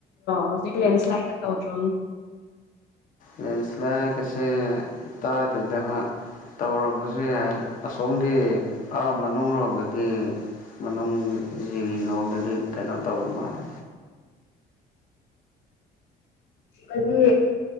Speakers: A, on the left (about 85°); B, on the left (about 50°).
A: ꯍꯧꯖꯤꯛ ꯂꯦꯟꯁ꯭ꯂꯥꯏꯗꯀ ꯇꯧꯗ꯭ꯔꯣ
B: ꯂꯦꯟꯁ꯭ꯂꯥꯏꯠ ꯀꯁꯦ ꯇꯥꯗꯦꯗ ꯇꯧꯔꯝꯕꯁꯨ ꯌꯥꯏ ꯑꯁꯣꯝꯒꯤ ꯃꯅꯨꯡ ꯂꯣꯝꯗꯗꯤ ꯃꯅꯨꯡ ꯖꯤꯔꯤꯔꯣꯝꯗꯗꯤ ꯀꯩꯅꯣ ꯇꯧ ꯃꯥꯅꯦ
A: ꯍꯥꯏꯗꯤ